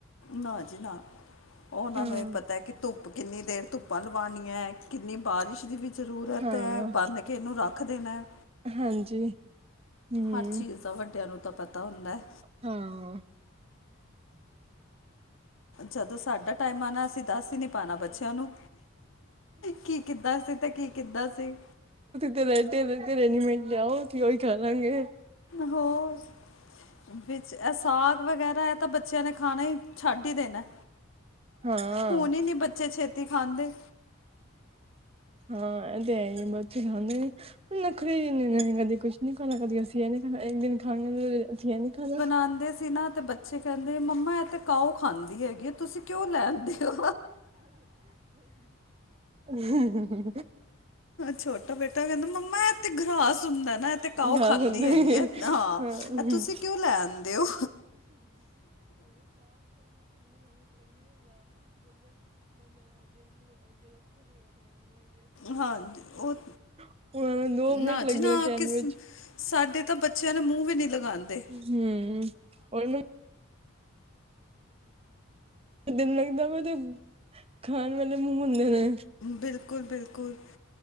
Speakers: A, on the left; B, on the right.
A: ਨਾ ਜੀ ਨਾ, ਓਨਾਂ
B: ਹਾਂ।
A: ਨੂੰ ਏਹ ਪਤਾ ਕਿ ਧੁੱਪ ਕਿੰਨੀ ਦੇਰ ਧੁੱਪਾਂ ਲਵਾਂਣੀਆਂ, ਕਿੰਨੀ ਬਾਰਿਸ਼ ਦੀ ਵੀ ਜ਼ਰੂਰਤ
B: ਹਾਂ
A: ਹੈ, ਬੰਨ੍ਹ ਕੇ ਏਹਨੂੰ ਰੱਖ ਦੇਣਾ
B: ਹਾਂਜੀ। ਹਮ
A: ਹਰ ਚੀਜ਼ ਦਾ ਵੱਡੇਆਂ ਨੂੰ ਤਾਂ ਪਤਾ ਹੁੰਦਾ ਹੈ।
B: ਹਾਂ।
A: ਜਦੋਂ ਸਾਡਾ ਟਾਈਮ ਆਣਾ, ਅਸੀਂ ਦੱਸ ਹੀ ਨੀ ਪਾਣਾ ਬੱਚੇਆਂ ਨੂੰ, ਕੀ ਕਿੱਦਾਂ ਸੀ, ਤੇ ਕੀ ਕਿੱਦਾਂ ਸੀ।
B: ਰਹਤੇ -ਰਹਤੇ ਰੈਡੀਮੇਡ ਲਿਆਓ, ਕਿ ਓਹੀ ਖਾਲਾਂਗੇ।
A: ਹੋਰ ਵਿੱਚ ਐ ਸਾਗ ਵਗੈਰਾ ਹੈ, ਤਾਂ ਬ ਬੱਚੇਆਂ ਨੇ ਖਾਣਾ ਹੀ ਛੱਡ ਹੀ ਦੇਣਾ,
B: ਹਾਂ
A: ਹੁਣ ਹੀ ਨੀ ਬੱਚੇ ਛੇਤੀ ਖਾਂਦੇ।
B: ਹਾਂ, ਏਹ ਤੇ ਹੈ ਹੀ ਬੱਚੇ ਮੰਨਦੇ ਆ, ਨਖਰੇ ਕਦੇ ਕੁਛ ਨਈ ਖਾਣਾ ਕਦੀ ਅਸੀ, ਇੱਕ ਦਿਨ ਖਾਵਾਗੇ ਅਸੀਆ ਨੀ ਖਾਣਾ
A: ਆਦੇ ਸੀ ਨਾ ਤੇ ਬੱਚੇ ਬੱਚੇ ਕੈਹਦੇ, ਮੰਮਾ ਏਹ ਤਾਂ ਕਾਓ ਖਾਂਦੀ ਹੈਗੀ ਆ। ਤੁਸੀਂ ਕਿਓ ਲੈਂ ਆਂਦੇ ਓ?
B: ਹਾਂ।
A: ਛੋਟਾ ਬੇਟਾ ਕੈਹਦਾ, ਮੰਮਾ ਏਹ ਤੇ ਗਰਾਸ ਹੁੰਦਾ ਨਾ ਤੇ ਕਾਓ
B: ਗੱਲ
A: ਖਾਂਦੀ
B: ਹੁੰਦੀ
A: ਹੈਗੀ
B: ਨੀ,
A: ਹੈ ਹਾਂ
B: ਉਹਨੂੰ
A: ਇਹ ਤੁਸੀਂ
B: <inaudible>
A: ਕਿਉਂ ਲੈਂਦੇ ਹੋ ਹਾਂਜੀ ਉਹ
B: <inaudible> ਦੋ ਮਿੰਟ
A: ਨਾ
B: ਲੱਗਦੇ
A: ਜੀ ਨਾ,
B: ਨੇ ਕਹਿਣ
A: ਕਿਸ
B: ਵਿੱਚ
A: ਸਾਡੇ ਤਾਂ ਬੱਚੇਆਂ ਨੂੰ ਮੂੰਹ ਵੀ ਨੀ ਲਗਾਂਦੇ।
B: ਹੂੰ, ਉਹਨੂੰ ਦਿਨ ਲੱਗਦਾ, ਤੇ ਖਾਣ ਵਾਲੇੇ ਹੁੰਦੇ ਨੇ।
A: ਬਿਲਕੁਲ-ਬਿਲਕੁਲ।